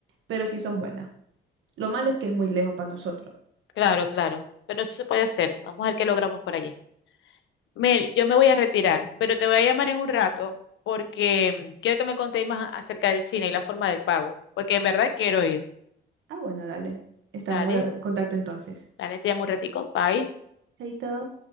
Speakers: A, on the right; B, on the left.
A: pero sí son buenas. Lo malo es que es muy lejos para nosotros.
B: Claro, claro. Pero eso se puede hacer. Vamos a ver qué logramos por allí. Mel, yo me voy a retirar, pero te voy a llamar en un rato porque mm, quiero que me contéis más acerca del cine y la forma del pago, porque en verdad quiero ir.
A: Ah, bueno, dale. Estamos
B: Dale,
A: en contacto entonces.
B: dale, te llamo un ratico. Bye.
A: Chaito.